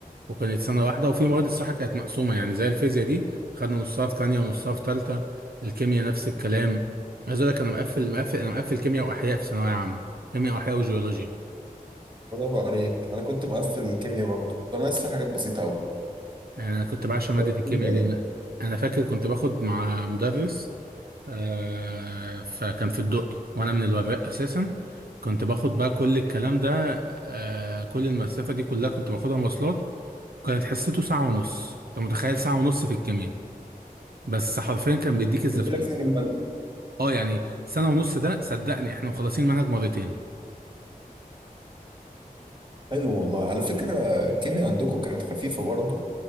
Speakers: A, on the right; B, on the right.
A: وكانت سنة واحدة وفي مواد الصراحة كانت مقسومة يعني زي الفيزياء دي خدنا نصها في تانية ونصها في تالتة الكيمياء نفس الكلام عايز اقول لك انا مقفل مقفل انا مقفل كيمياء واحياء في ثانوية عامة كيمياء واحياء وجيولوجيا
B: برافو عليك انا كنت مقفل الكيمياء برضه كنت ناقص في حاجات بسيطه قوي
A: يعني انا كنت بعشق مادة
B: تقريبا
A: الكيمياء دي انا أنا فاكر كنت باخد مع مدرس آه فكان في الدقي وانا من الوراق اساسا كنت باخد بقى كل الكلام ده آه كل المسافة دي كلها كنت باخدها مواصلات وكانت حصته ساعة ونص انت متخيل ساعة ونص في الكيمياء بس حرفيا كان بيديك الزتونه
B: بيقول لك فيهم المادة
A: اه يعني سنه ونص ده صدقني احنا مخلصين منهج مرتين
B: حلو والله على فكرة الكيمياء عندكم كانت خفيفة برضه